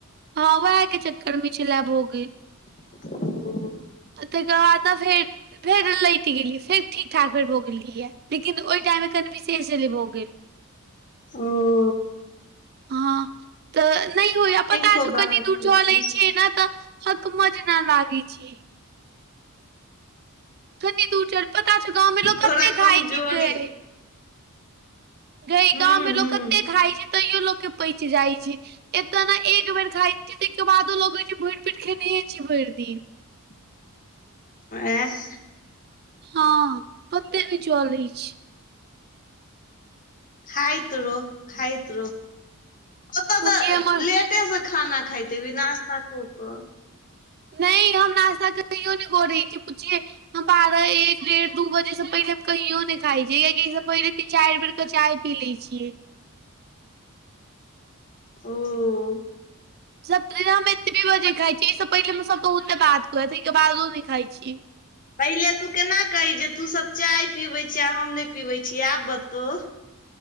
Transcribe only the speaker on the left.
<inaudible>
ओ
खो
बाहर
के
चीज
तोरा
कमजोरी
हूँ
हूँ
<inaudible> ए <unintelligible>
खाइत रहो खइत रहो ओतऽ
तऽ
लेटे से खाना खा देवी नश्ता क क
ओ
पहिले तू केना कही जे तू सब चाय पीबै छिय आ हम नहि पीबै छीय आब बतहु